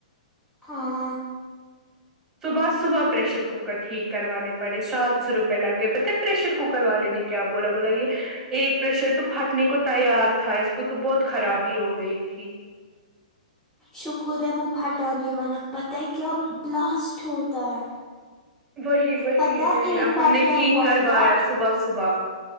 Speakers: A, in the centre; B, on the right (about 20°).
A: ہاں
B: صبح صبح پریشر کوکر ٹھیک کروانے پڑے سات سو روپئے لگ گئے پتا تھے پریشر کوکر والے نے کیا بولا بولا یے ایک پریشر تو پھٹنے کو تیار تھا اس کو تو بہت خرابی ہو گئی تھی
A: شکر ہے وہ پھٹا نہیں والا پتہ ہے کیا بلاسٹ ہوتا ہے
B: وہی وہی
A: پتا ہے
B: نہیں
A: ایک
B: اب
A: بار
B: ہم نے
A: کیا
B: ٹھیک
A: ہوا
B: کروایا
A: تھا
B: صبح صبح